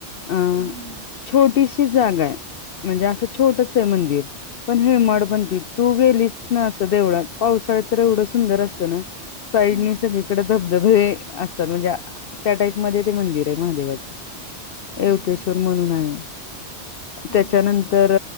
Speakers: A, on the left; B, on the right.
A: अ
B: हम्म हम्म.
A: छोटीशी जागा आहे. म्हणजे असं छोटच आहे मंदिर. पण हे मड
B: हं हं
A: मंदिर तू गेलीस ना. देवळात. पावसाळत तर एवढं सुंदर असतं ना. साईडनी
B: हं
A: सगळीकड. हे असत. म्हणजे त्या टाईप मध्ये ते मंदिर आहे महादेवाच.
B: हं
A: येवतेश्वर
B: हं
A: म्हणून आहे.
B: हं
A: त्याच्यानंतर
B: हं